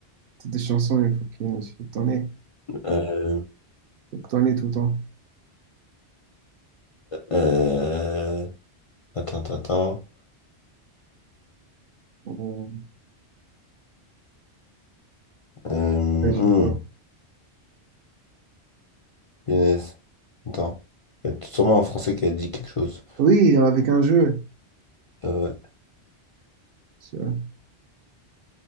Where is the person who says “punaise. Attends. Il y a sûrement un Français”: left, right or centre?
Left